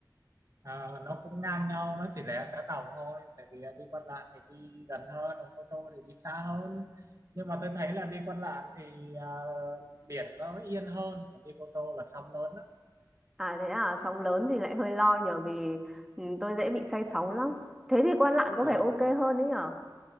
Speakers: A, on the right; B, in the centre.
A: Ờ, nó cũng ngang nhau nó chỉ rẻ vé tàu thôi tại vì đi Quan Lạn thì đi gần hơn còn Cô Tô thì đi xa hơn nhưng mà tôi thấy là đi Quan Lạn thì à, biển nó yên hơn còn đi Cô Tô là sóng lớn đó
B: À thế à, sóng lớn thì lại hơi lo nhở vì ừ, tôi dễ bị say sóng lắm. Thế thì Quan Lạn có
A: Ờ,
B: vẻ ok hơn đấy nhở?